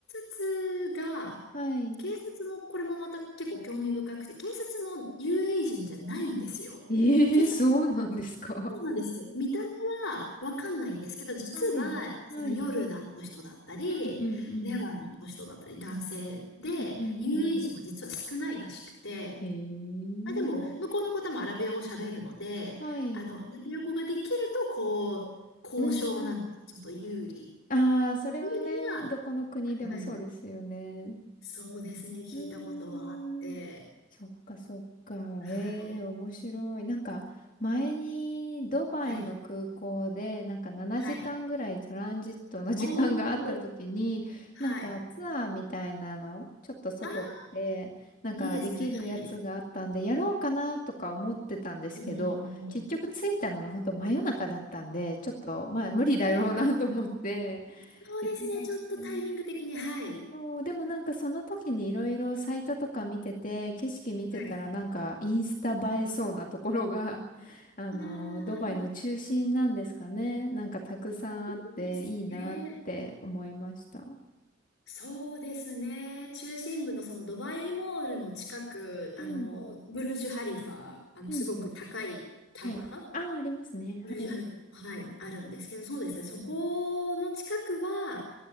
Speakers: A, on the left; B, on the left.
A: 察が、
B: あ。はい。
A: 警察も、これもまた結構興味深くて、警察もユー a e 人じゃないんですよ。
B: ええそうなんですか。
A: 警察、そうなんですよ。見た目はわかんないんですけど、実は、
B: はい。はい。
A: そのヨルダンの人だったり、
B: うんうんうん。
A: レバノンの人だったり、男性で、
B: うんうんうん。
A: ユー a e 人は実は少ないらしくて、
B: ええ
A: あ、でも、向こうの方もアラビア語喋るので、
B: はい。
A: あの、アラビア語ができると、こう、交渉などにちょっと有利。
B: うーん。ああ、それはね、
A: っていうのは、
B: どこの国でもそうですよね。
A: はい。そうですね、聞いたことはあって、
B: うーん、そっかそっか。
A: はい、
B: ええ、面白い。なんか、前にドバイの空港で、
A: はい、
B: なんか7時間ぐらいトランジットの時間があった時に、
A: はい。おー、はい。
B: なんかツアーみたいなの、ちょっと外出て、
A: あー、
B: なんかできるやつがあったんで、
A: いいですね、はい。
B: やろうかなとか思ってたんですけど、
A: おーおーおー
B: 結局着いたのが本当真夜中だったんで、ちょっと、まあ無理だろうなと思って、
A: なるほど。そうですね、
B: できなくて。
A: ちょっとタイミング的に、はい。
B: そう、でもなんかその時にいろいろサイトとか見てて、景色見てたらなんかインスタ映えそうなところが、
A: はい。
B: <laughs> あの、
A: ああ、
B: ドバイの中心なんですかね。なんかたくさんあっていいなって思いました。
A: そうですね。そうですね。中心部のそのドバイモールの近く、あの、
B: うん、
A: ブルジュ・ハリファ、あの、
B: うん、
A: すごく高いタワ
B: うん。はい。ああ、ありますね。
A: ー20針が、
B: はい。
A: はい、あるんですけど、そうですね。
B: うん
A: そこの近くは、